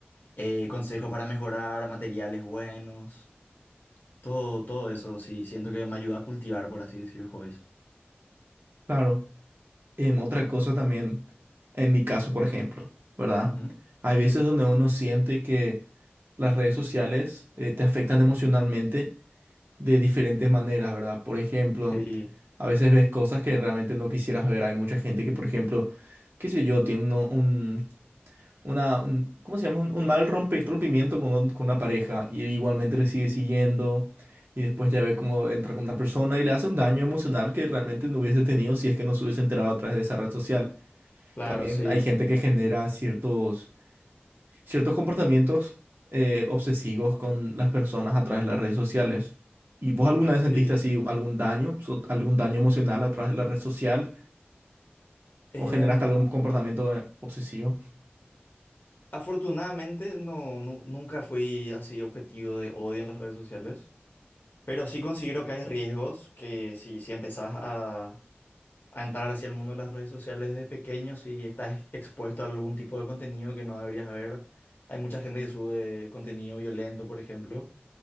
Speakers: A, on the left; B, on the right.
A: eh, consejos para mejorar, materiales buenos, todo, todo eso, sí, siento que me ayuda a cultivar, por así decir, hobbies.
B: Claro, Em, otra cosa también, en mi caso por ejemplo, ¿verdad?
A: Ujú.
B: Hay veces donde uno siente que las redes sociales eh, te afectan emocionalmente de diferentes maneras, ¿verdad? Por ejemplo,
A: Sí,
B: a veces ves cosas que realmente no quisieras ver. Hay mucha gente que, por ejemplo, qué sé yo, tiene uno- un, una, un- ¿cómo se llama? Un, un mal rompe- rompimiento con, un- con una pareja y igualmente le sigue siguiendo y después ya ve cómo entra con otra persona y le hace un daño emocional que realmente no hubiese tenido si es que no se hubiese enterado a través de esa red social.
A: claro,
B: También
A: sí,
B: hay gente que genera ciertos ciertos comportamientos eh, obsesivos con las personas a través de las redes sociales. ¿Y vos alguna vez sentiste
A: sí.
B: así algún daño, so- algún daño emocional a través de la red social
A: Em,
B: o generaste algún comportamiento eh, obsesivo?
A: afortunadamente no, nu- nunca fui así objetivo de odio en las redes sociales, pero sí considero que hay riesgos que si, si empezás a a entrar hacia el mundo de las redes sociales desde pequeño si estás ex- expuesto a algún tipo de contenido que no deberías ver. Hay mucha gente que sube contenido violento, por ejemplo,